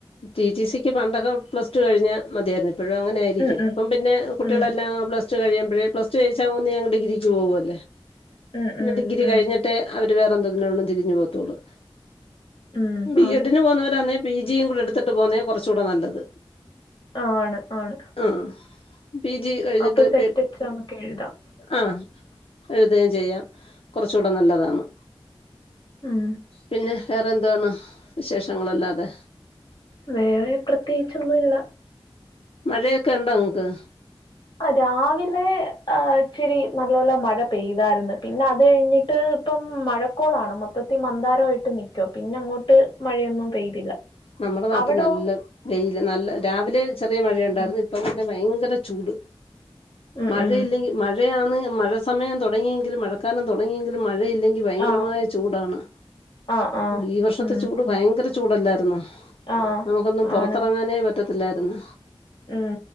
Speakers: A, on the left; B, on the left.
A: ടി ടി സി ക്കി പണ്ടൊക്കെ പ്ലസ് ടു കഴിഞ്ഞാ മതിയായിര്ന്ന് ഇ പ്പഴും അങ്ങനെയായിരിക്കും
B: ഉം ഉം
A: ഇപ്പം പിന്നെ കുട്ടികളെല്ലാം
B: ഉം
A: പ്ലസ്ടു കഴിയുമ്പളെക്കും പ്ലസ്ടു ജയിച്ചാ അങ്ങ് ഡിഗ്രക്ക് പോവല്ലേ
B: ഉം
A: പിന്നെ
B: ഉം
A: ഡിഗ്രി
B: ഉം.
A: കഴി ഞ്ഞിട്ടേ അവര് വേറെന്തെകിലൊട്ട് തിരിഞ്ഞു പോകത്തൊള്ളൂ
B: ഉം.
A: ബി
B: ആണ്.
A: എഡ് നു പോന്നവരാ ന്നെ പി ജി യും കൂടെ എട്ത്തിട്ട് പോന്നെയാ കൊറചൂടെ നല്ലത്
B: ആഹ് ആണ് ആണ്
A: ആഹ് പി ജി കഴിഞ്ഞിട്ട്
B: അപ്പൊ സെറ്റ്
A: പെ
B: എക്സാമൊക്കെ എഴുതാം.
A: ആഹ് എഴുതെ ചെയ്യാം കുറച്ചുടെ നല്ലതാണ്
B: ഉം
A: പിന്നെ വേറെ എന്തവാണ് വിശേഷങ്ങളല്ലാതെ
B: വേറെ പ്രത്യേകിച്ചൊന്നുല്ല
A: മഴയൊക്കെ ഉണ്ടോ ങ്ങക്ക്
B: അതെരാവിലെ ഇച്ചിരി നല്ലോല മഴ പെയ്തായിര്ന്ന് പിന്നെ അത് ഴിഞ്ഞിട്ട് ഇപ്പം മഴക്കോളാണ് മൊത്തത്തി മന്താരായിട്ട് നിക്ക പിന്നെ ങ്ങോട്ട് മഴയൊന്നും പെയ്തില്ല
A: നമ്മടെ നാട്ടിൽ
B: അവിടോ?
A: നല്ല വെയില് നല്ല രാവിലെ ചെറിയ മഴയുണ്ടാര്
B: ഉം.
A: ന്ന് ഇപ്പ പിന്നെ ഭയങ്കര ചൂട്
B: ഉം,
A: മഴയില്ലെങ്കി
B: ഉം.
A: മഴയാണ് മഴ സമയം തുടങ്ങിയെങ്കിലും മഴക്കാലം തുടങ്ങിയെങ്കിലും മഴയില്ലെങ്കിൽ ക്കി ഭയങ്കരമായ
B: ആഹ്.
A: ചൂടാണ്
B: ആഹ്, ആഹ്.
A: ഈ വർഷത്തെ
B: ഉം.
A: ചൂട് ഭയങ്കര ചൂടല്ലായിരുന്നോ
B: ആഹ്.
A: നമുക്കൊന്നും പോറത്തറങ്ങാനേ
B: ആണ്.
A: പറ്റത്തില്ലായിരുന്നു
B: ഉം,